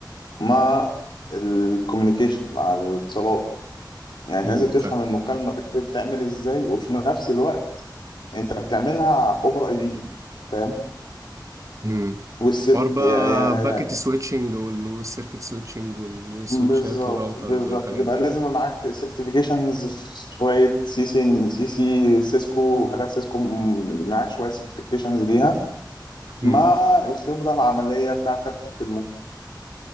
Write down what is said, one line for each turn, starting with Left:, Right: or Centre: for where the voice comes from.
Left: مع الكوميونيكيشن مع الاتصالات يعني
Right: امم
Left: لازم تفهم
Right: فاهم
Left: المكالمة بتتعمل ازاي وفي نفس الوقت انت بتعملها اوفر اي بي فاهم
Right: امم
Left: والسب
Right: حوار بقى
Left: هي هي
Right: باكيت
Left: هي
Right: سويتشنج والسيركت سويتشنج والسويتشات
Left: بالظبط
Right: وراوترز
Left: بالظبط
Right: والحاجات
Left: تبقى
Right: دي
Left: لازم معاك سيرتيفيكيشنز شوية سي سي سي سي سيسكو وحاجات سيسكو م- معاك شوية سيرتيفيكيشنز ليها
Right: امم
Left: مع الخبرة العملية بتاعتك في